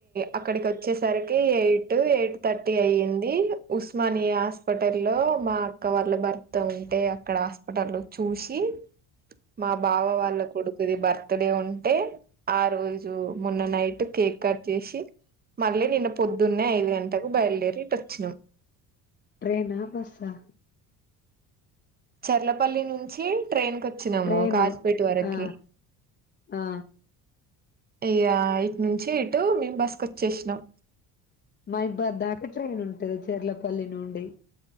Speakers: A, on the right; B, on the left.
A: అక్కడికి వచ్చేసరికి ఎయిట్ ఎయిట్ థర్టీ అయ్యింది. ఉస్మానియా హాస్పిటల్లో మా అక్క వాళ్ళు భర్త ఉంటే అక్కడ హాస్పిటల్ లోచూసి మా బావ వాళ్ళ కొడుకుది భర్ త్ డే ఉంటే ఆ రోజు మొన్న నైట్ కేక్ కట్ చేసి మళ్ళీ నిన్న పొద్దున్నే ఐదు గంటకు బయలుదేరీ ఇటు వచ్చినాం
B: ట్రైనా బస్సా
A: చెర్లపల్లి నుంచి ట్రెయిన్ కి వచ్చినాము
B: ట్రైను
A: కాజ్పేట వరకి
B: ఆ ఆ
A: అయ్యా ఇటు నుంచి ఇటు మేము బస్కుొచ్చేసినాం
B: మయిబధ్ దాక్ ట్రైన్ ఉంటది చెర్లపల్లి నుండి